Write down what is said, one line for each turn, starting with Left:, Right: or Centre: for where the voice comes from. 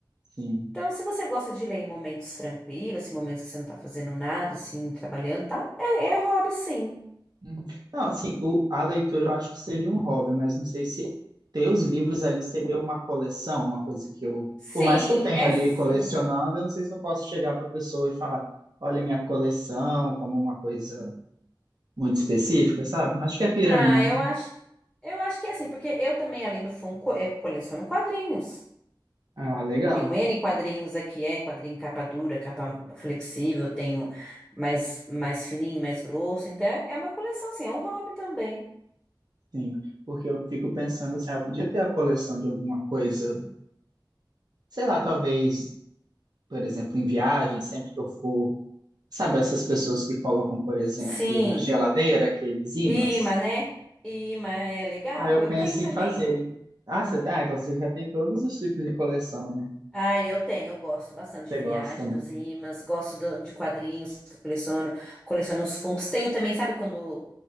Right: Sim.
Centre: Então, se você gosta de ler em momentos tranquilos, em momentos que você não tá fazendo nada, assim, trabalhando e tal, é, é hobby, sim.
Right: Uhum. Não, assim, o- a leitura eu acho que seja um hobby, mas não sei se ter os livros ali seria uma coleção, uma coisa que eu.
Centre: Sim,
Right: Por mais que eu tenha
Centre: é
Right: ali
Centre: sim.
Right: colecionando, eu não sei se eu posso chegar para a pessoa e falar: olha, minha coleção, como uma coisa muito específica, sabe? Acho que é pira
Centre: Ah,
Right: minha,
Centre: eu
Right: né?
Centre: acho, eu acho que é assim, porque eu também, além do fundo, eu coleciono quadrinhos.
Right: Ah, legal.
Centre: Tenho N quadrinhos aqui, é quadrinho capa dura, capa flexível, tenho mais, mais fininho, mais grosso. Então é é uma coleção, sim, é um hobby também.
Right: Sim, porque eu fico pensando assim, ah, eu podia ter a coleção de alguma coisa Sei lá, talvez, por exemplo, em viagem, sempre que eu for, sabe, essas pessoas que colocam, por exemplo,
Centre: Sim,
Right: na geladeira aqueles ímãs?
Centre: imã, né? Imã é legal,
Right: Aí eu
Centre: eu
Right: penso
Centre: tenho também.
Right: em fazer. Ah, você tem, ah, então você já tem todos os tipos de coleção, né?
Centre: Ah, eu tenho, eu gosto bastante
Right: Você
Centre: de viagem,
Right: gosta, né?
Centre: dos imãs, gosto do- de quadrinhos que eu coleciono, coleciono os Funkos. Tenho também, sabe quando